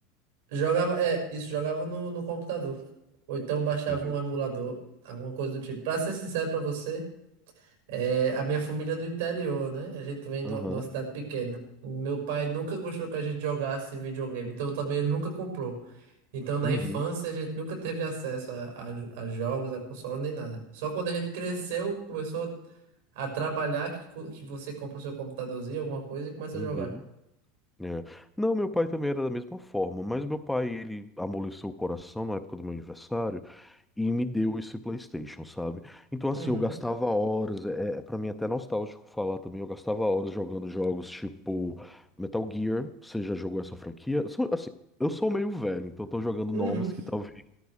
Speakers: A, on the right; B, in the centre.
A: Jogava, é, isso jogava no, no computador. Ou então baixava
B: Entendi.
A: um emulador, alguma coisa do tipo. Pra ser sincero pra você, é, a minha família é do interior, né? A gente vem de
B: Aham.
A: uma de uma cidade pequena. Meu pai nunca gostou que a gente jogasse videogame, então também <laughs> ele nunca comprou. Então na
B: Uhum.
A: infância a gente nunca teve acesso a, a, a jogos, a console, nem nada. Só quando a gente cresceu, começou a trabalhar, que, co- que você compra o seu computadorzinho, alguma coisa e começa
B: Uhum.
A: a jogar.
B: É. Não, meu pai também era da mesma forma, mas meu pai, ele amoleceu o coração na época do meu aniversário e me deu esse PlayStation, sabe? Então, assim,
A: Uhum,
B: eu gastava horas, é, é para mim é até nostálgico falar também, eu gastava horas jogando jogos tipo Metal Gear, você já jogou essa franquia? Sou- assim, eu sou meio velho, então eu tô jogando
A: uhum.
B: nomes que talvez